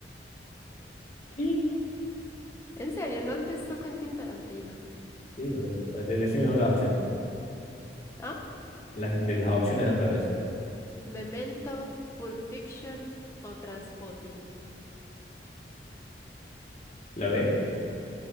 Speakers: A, on the left; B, on the left.
A: ¿Qué?
B: ¿En serio no has visto Quentin Tarantino?
A: Sí, pero- eh, decime todas las opciones.
B: ¿Ah?
A: las, de las opciones otra vez.
B: Memento, Pulp Fiction o Transpotting.
A: ¿Lo ve?